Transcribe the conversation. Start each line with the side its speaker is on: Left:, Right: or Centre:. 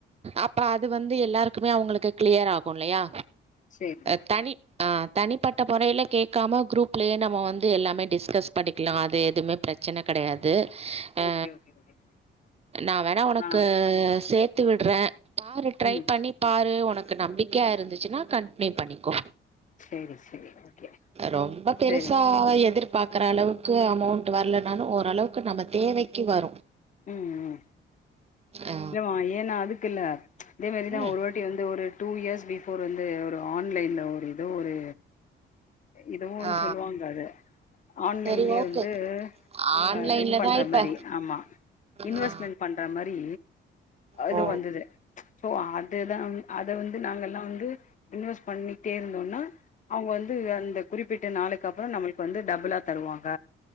Right: அப்ப அது வந்து எல்லாருக்குமே அவுங்களுக்கு க்ளியர் ஆகு இல்லையா
Left: சேரிம்மா
Right: அ தனி ஆ, தனிப்பட்ட மொறைல கேட்காம குரூப்லே நம்ம வந்து எல்லாமே டிஸ்கஸ் பண்ணிக்லா அது எதுமே பிரச்சன கெடயாது ஆ,
Left: ஓகே ஓகே ஓகே
Right: நா வேணா ஒனக்கு
Left: ஆ
Right: சே த்து விட்ற பாரு ட்ரை
Left: ம்
Right: பண்ணி பாரு உனக்கு நம்பிக்கையா இருந்துச்சுன்னா கண்ட்னியூ பண்ணிக்கோ
Left: சேரி சேரி ஓகே
Right: ரொம்ப பெருசா
Left: சேரி
Right: எதிர்பாக்கற அளவு க்கு அமௌண்ட் வர்ல னாலு ஓரளவுக்கு நம்ம தேவைக்கி வரு
Left: ம் ம்
Right: ஆ
Left: இல்லமா ஏனா அது க்குல்ல இதே மாரிதா
Right: ம்
Left: ஒரு வாட்டி வந்து ஒரு டூ இயர்ஸ் பிஃபோர் வந்து ஒரு ஆன்லைன்ல ஒரு இதோ ஒரு இதோ ஒன்னு
Right: ஆ
Left: சொல்லுவாங்க அத ஆன்லைன்லேயே
Right: சரி ஓகே
Left: வந்து
Right: ஆன்லைன்ல
Left: அ இது பண்ற
Right: தா இப்ப
Left: மாரி ஆமா இன்வஸ்மெண்ட்
Right: ஆ
Left: பண்ற மாரி அது
Right: ஓ
Left: வந்துது சோ அது தம் அத வந்து நாங்கல்லா வந்து இன்வெஸ்ட் பண்ணிட்டே இருந்தோன்னா அவ்ங் வந்து அந்த குறிப்பிட்ட நாளுக்கப்பறோ நம்முள்க்கு வந்து டபுளா தருவாங்க,